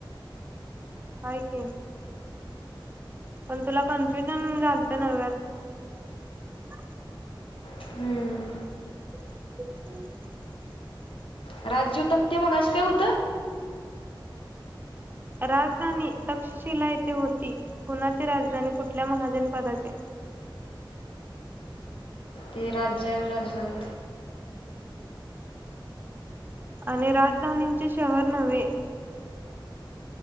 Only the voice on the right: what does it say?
हाय की पण तुला कन्फ्युजन झालत नव्यात
<inaudible>
राजधानी तक्षशिला येथे होती कुणाची राजधानी कुठल्या महाजनपदाचे
आणि राजधानीचे शहर नव्हे